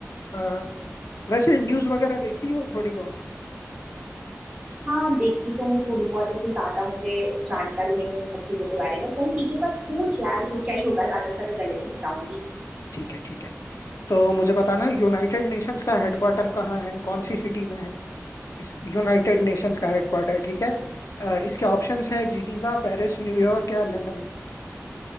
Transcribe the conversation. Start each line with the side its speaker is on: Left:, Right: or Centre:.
Left: अ, वैसे न्यूज़ वगैरह देखती हो थोड़ी बहुत
Right: हाँ देखती तो हूँ थोड़ी बहुत ऐसे ज्यादा मुझे जानकारी नहीं है इन सब चीजों के बारे में चल ठीक है पर पूछ यार कोई क्या ही होगा ज्यादा से ज्यादा गलत ही बताऊंगी
Left: ठीक है ठीक है तो मुझे बताना यूनाइटेड नेशंस का हेडक्वार्टर कहाँ है कौन सी सिटी में है इस यूनाइटेड नेशंस का हेडक्वार्टर ठीक है अ, इसके ऑप्शंस है जिनीवा पेरिस न्यूयॉर्क या London